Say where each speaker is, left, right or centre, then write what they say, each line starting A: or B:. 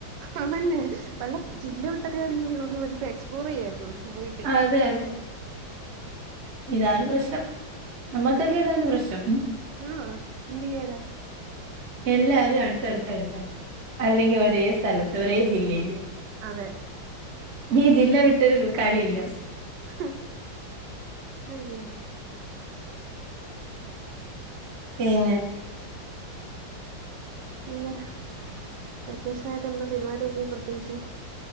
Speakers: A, on the right; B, on the right.
A: അതന്നെ വല്ല ജില്ല വിട്ടൊക്കെ ആണെങ്കിയി നമു വലപ്പോ എക്സ്പ്ലോർ ചെയ്യായിരുന്നു പോയിട്ട്
B: അതെ അതെ ഇതാണ് പ്രശ്നം നമ്മുക്കൊക്കെ ഇതാണ് പ്രശ്നം
A: ആഹ ചന്തിയാന,
B: എല്ലാരും അടുത്തടുത്ത് അടുത്ത്ടുത്ത് അല്ലെങ്കിൽ ഒരേ സ്ഥലത്ത് ഒരേ ജില്ലയിയില്
A: അതെ
B: നീ ജില്ല വിട്ടൊരു കളിയില്ല
A: ഹും അയ്യോ
B: പിന്നെ
A: പിന്നെ
B: <inaudible>
A: വെക്കേഷനയിട്ട് എന്ത പരിപാടിയൊക്കെ പ്രത്യേകിച്ച്